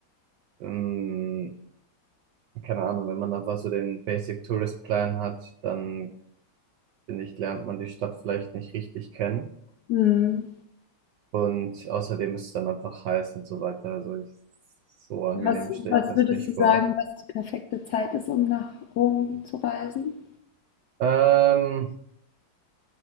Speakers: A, on the right; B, on the left.
A: ähm, keine Ahnung, wenn man einfach so den Basic Tourist Plan hat, dann finde ich, lernt man die Stadt vielleicht nicht richtig kennen.
B: Mhm.
A: Und außerdem ist es dann einfach heiß und so weiter. Also ich, so angenehm
B: Was
A: stelle
B: was
A: ich mir es
B: würdest
A: nicht
B: du sagen,
A: vor.
B: was die perfekte Zeit ist, um nach Rom zu reisen?
A: Ähm,